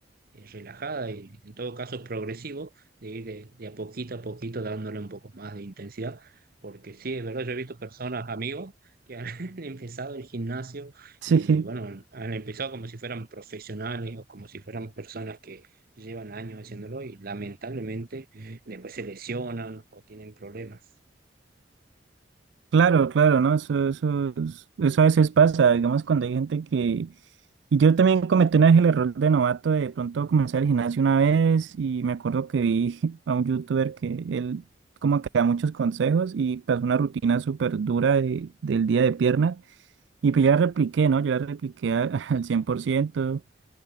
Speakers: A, on the right; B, on the right.
A: eh, relajada y en todo caso progresivo, de ir de, de a poquito a poquito dándole un poco más de intensidad, porque sí, es verdad, yo he visto personas, amigos, que han <laughs> empezado el gimnasio
B: <laughs>
A: y
B: Sí.
A: bueno, han empezado como si fueran profesionales o como si fueran personas que llevan años haciéndolo y lamentablemente después se lesionan o tienen problemas.
B: Claro, claro, ¿no? Eso, eso, es- eso a veces pasa, digamos, cuando hay gente que... Y yo también cometí una vez el error de novato de pronto comenzar el gimnasio una vez y me acuerdo que vi <laughs> a un youtuber que él como que da muchos consejos y pasó una rutina súper dura de- del día de pierna y pues ya la repliqué, ¿no? Yo la repliqué a- <laughs> al 100%.